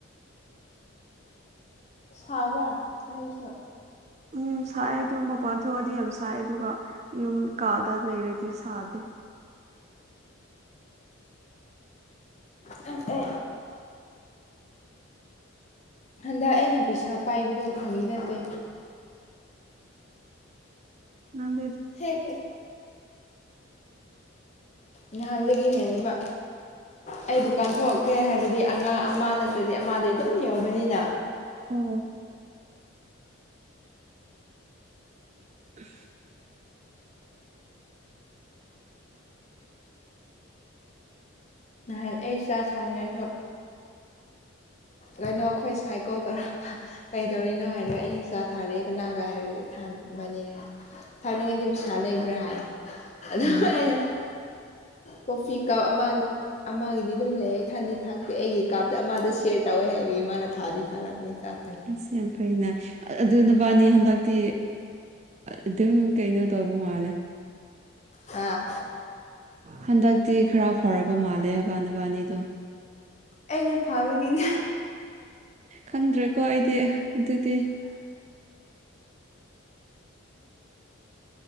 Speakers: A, on the left (about 30°); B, on the right (about 30°).
A: ꯁꯕ꯭ꯔꯥ ꯃꯁꯨ
B: ꯎꯝ ꯁꯥꯏ ꯑꯗꯨ ꯃꯄꯥꯟ ꯊꯣꯛꯑꯗꯤ ꯌꯥꯝ ꯁꯥꯏ ꯑꯗꯨꯒ ꯌꯨꯝ ꯀꯥꯗ ꯂꯩꯔꯗꯤ ꯁꯥꯗꯦ
A: ꯑꯦ
B: <inaudible>
A: ꯍꯟꯗꯛ ꯑꯩꯅ ꯄꯩꯁꯥ ꯄꯥꯏꯕꯗꯣ ꯐꯪꯉꯤ ꯅꯠꯇꯦ
B: ꯅꯪ
A: ꯍꯦꯛ
B: <inaudible>
A: ꯅꯍꯥꯟꯗꯒꯤ ꯍꯦꯜꯂꯤꯕ ꯑꯩ ꯗꯨꯀꯥꯟ ꯊꯣꯛꯂꯀꯦ ꯍꯥꯏꯔꯗꯤ ꯑꯉꯥꯡ ꯑꯃ ꯅꯠꯇ꯭ꯔꯗꯤ ꯑꯃꯗꯤ ꯑꯗꯨꯝ ꯌꯎꯧꯕꯅꯤꯅ
B: ꯑꯣ ꯎꯝ
A: ꯅꯍꯥꯟ ꯑꯩ ꯆꯥꯛ ꯁꯥꯡꯅꯤꯡꯉꯥꯏꯁꯨ
B: <inaudible>
A: ꯂꯅꯣ ꯑꯩꯈꯣꯏ ꯁꯥꯏꯀꯣꯜ ꯇꯧꯔꯛꯄ ꯀꯩꯗꯧꯔꯤꯅꯣ ꯍꯥꯏꯔꯣ ꯑꯩꯅ ꯆ ꯆꯥ ꯊꯥꯔꯛꯑꯦ ꯀꯅꯥꯒ ꯍꯥꯏꯔꯣ ꯊꯥꯟꯕꯅꯤ ꯊꯥꯛꯅꯤꯡꯉꯗꯤ ꯄꯩꯁꯥ ꯂꯩꯕ꯭ꯔꯥ ꯍꯥꯏ ꯑꯗꯨ
B: ꯎꯝ
A: ꯑꯩꯅ ꯀꯣꯐꯤ ꯀꯞ ꯑꯃ ꯑꯃꯒꯤꯗꯤ ꯑꯗꯨꯝ ꯂꯩ ꯊꯟꯗꯤ ꯊꯥꯛꯇꯤ ꯑꯩꯒꯤ ꯀꯥꯞꯇ ꯑꯃꯗꯦꯌꯔ ꯇꯧꯋꯦ ꯍꯥꯏꯕꯤ ꯃꯥꯅ ꯊꯥꯗꯤ ꯊꯥꯔꯛꯄ
B: ꯑꯁ ꯌꯥꯝ ꯐꯩꯅꯦ ꯑꯗꯨꯅꯕꯥꯅꯤ ꯍꯟꯗꯛꯇꯤ ꯑꯗꯨꯝ ꯀꯩꯅꯣ ꯇꯧꯕ ꯃꯥꯜꯂꯦ
A: ꯑꯥ
B: ꯍꯟꯗꯛꯇꯤ ꯈꯔ ꯐꯥꯎꯔꯕ ꯃꯥꯜꯂꯦ ꯍꯕꯥꯅꯕꯅꯤꯗꯣ
A: ꯑꯩꯅ ꯐꯥꯕꯒꯤꯅꯦ
B: ꯈꯪꯗ꯭ꯔꯦꯀꯣ ꯑꯩꯗꯤ ꯑꯗꯨꯗꯤ